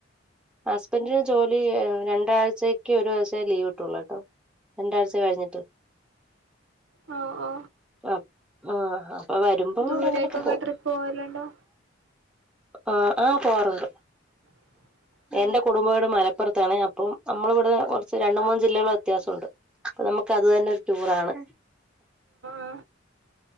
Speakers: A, in the centre; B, on the right (about 65°).
A: ഹസ്ബന്റിന് ജോലി രണ്ടാഴ്ച്ചക്ക് ഒരു ദിവസേ ലീവ് കിട്ടുള്ളൂ കേട്ടോ. രണ്ടാഴ്ച്ച കഴിഞ്ഞിട്ട്.
B: ഹാ ഓ
A: അ ആഹ് അപ്പൊ വരുമ്പോ
B: ദൂരേക്കൊക്കെ
A: എങ്ങട്ടെങ്കിലൊക്കെ പോകും
B: ട്രിപ്പ് പോവലുണ്ടോ
A: ആ ആഹ് പോവാറുണ്ട്
B: <inaudible>
A: എന്റെ കുടുംബ വീട് മലപ്പുറത്താണ്. അപ്പം നമ്മളിവിടെ കുറച്ച് രണ്ട് മൂന്ന് ജില്ലടെ വ്യത്യാസണ്ട് അപ്പൊ നമുക്ക് അത് തന്നെ ഒരു ടൂറാണ്
B: അ